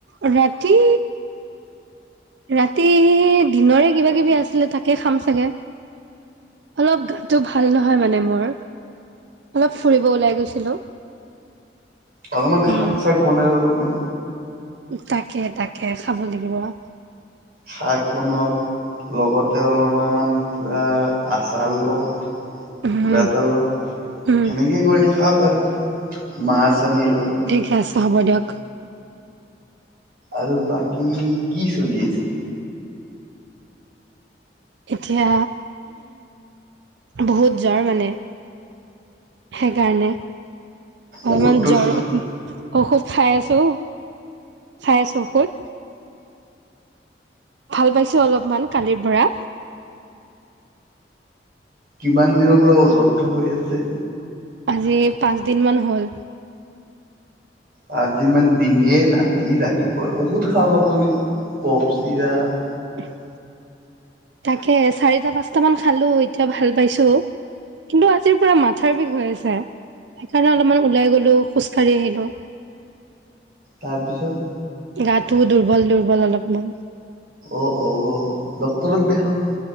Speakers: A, on the right; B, on the right.
A: অ' ৰাতি- ৰাতি দিনৰে কিবা কিবি আছিলে তাকে খাম চাগে। অলপ গাটো ভাল নহয় মানে মোৰ, অলপ ফুৰিব ওলাই গৈছিলো।
B: অলমান শাক
A: উম
B: চাক বনাই লওঁক আপুনি।
A: তাকে তাকে, খাব লাগিব আৰু।
B: শাক বনাওঁক লগতে অলমান কিবা আচাৰ লওঁ।
A: উম
B: কিবা এটা লওঁ,
A: উম
B: সেনেকেই কৰি খাওঁক আৰু মাছ আনি লওঁ।
A: ঠিকে আছে, হ'ব দিয়ক।
B: আৰু বাকী, কি চলি আছে?
A: এতিয়া, বহুত জ্বৰ মানে- সেইকাৰণে,
B: ঔষধটো
A: অলমান জ্বৰত-
B: খাওক
A: ঔষধ খাই আছো, খাই আছো ঔষধ। ভাল পাইছো অলপমান কালিৰ পৰা।
B: কিমান দিনৰ পৰা ও জৰটো হৈ আছে?
A: আজি পাঁচদিনমান হ'ল।
B: পাঁচদিনমান দিনে, ৰাতি, ৰাতিপুৱা ঔষধ খাওক আপুনি, কফ চিৰাপ-
A: তাকে, চাৰিটা পাঁচটা মান খালো এতিয়া ভাল পাইছো। কিন্তু আজিৰ পৰা মাথাৰ বিষ হৈ আছে, সেইকাৰণে অলমান ওলাই গলো খোজকাঢ়ি আহিলো।
B: তাৰ পিছত?
A: গাটোও দুৰ্বল-দুৰ্বল অলপমান।
B: অ' অ' ড্ক্তৰক দেখাওক